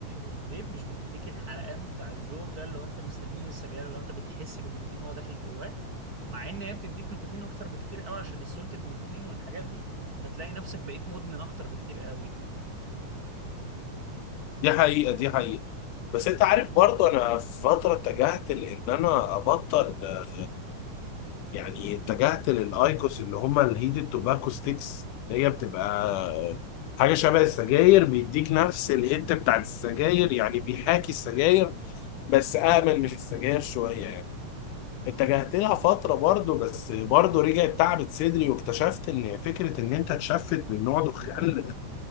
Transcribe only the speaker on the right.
الفيب مش بتديك الحرقان بتاع الزور ده اللي هو انت مستنيه من السجاير اللي هو انت بتحس بالنيكوتين وهو داخل جواك مع ان هي بتديك نيكوتين اكتر بكتير قوي عشان السولتد نيكوتين والحاجات دي فتلاقي نفسك بقيت مدمن اكتر بكتير قوي